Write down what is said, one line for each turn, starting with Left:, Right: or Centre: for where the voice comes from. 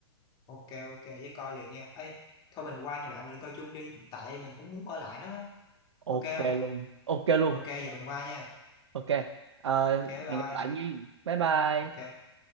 Left: ok ok với coi liền nha ấy thôi mình qua nhà bạn mình coi chung đi tại mình cũng muốn coi lại nó á. ok
Right: ok
Left: không
Right: luôn ok luôn
Left: ok giờ mình qua nha
Right: ok Ờ,
Left: ok bye
Right: hẹn
Left: bye
Right: gặp lại nha bye bye
Left: ok